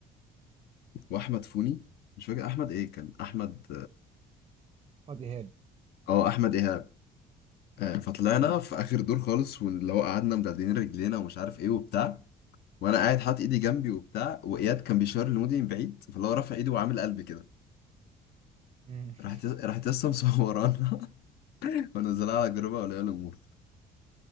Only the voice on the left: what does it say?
وأحمد فوني مش فاكر أحمد إيه كان أحمد
اه أحمد إيهاب آه فطلعنا
في آخر دور خالص واللي هو قعدنا مدلدلين رجلينا ومش عارف إيه وبتاع وأنا قاعد حاطط إيدي جنبي وبتاع وإياد كان بيشاور لمودي من بعيد فاللي هو رافع إيده وعامل قلب كده
راحت
راحت لسه مصورانا <laughs> ونزلها على جروب اولياء الامور